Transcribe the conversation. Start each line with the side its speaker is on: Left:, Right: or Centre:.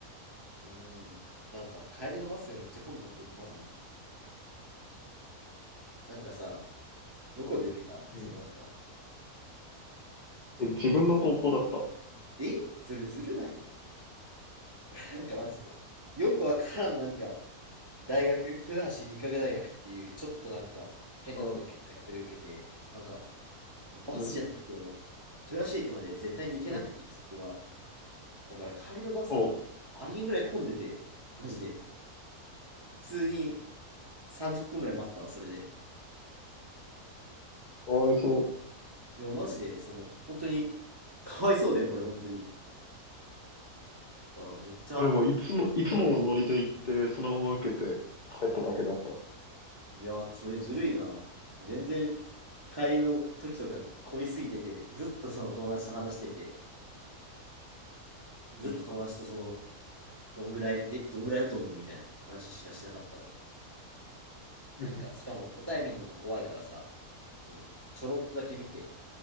Right: ト、うん、なんか帰りのバスがめっちゃ混んでた記憶もあるな。なんかさ、どこで受けたそのなんか、
Left: うん。え、自分の高校だった。
Right: えそれずるない <laughs> なんかマジで。よくわからん、なんか、大学、豊橋技科学大学っていう、ちょっとなんか、変なとこにある大学で受けて、
Left: うん。
Right: なんか、バスじゃないと、
Left: うん。
Right: 豊橋駅まで絶対に行けなくて、
Left: うん。
Right: そこが。だから帰りのバスとか、
Left: おう。
Right: ありえんぐらい混んでて、マジで。普通に30分ぐらい待ったわ、それで。
Left: かわいそう。
Right: いや、マジで、その、本当に、かわいそうだよ、これ、本当に。ほら、めっちゃ、
Left: 俺もいつも、いつものノリで行って、そのまま受けて帰っただけだった。
Right: いや、それずるいな。全然、帰りの時とか混みすぎてて、ずっとその友達と話してて、ずっと友達とその、
Left: うん。
Right: どんぐらいで、どんぐらいだと思うみたいな話しかしなかったわ。
Left: <laughs>
Right: なんか、しかも答え見るのも怖いからさ、その、ちょろっとだけ見て、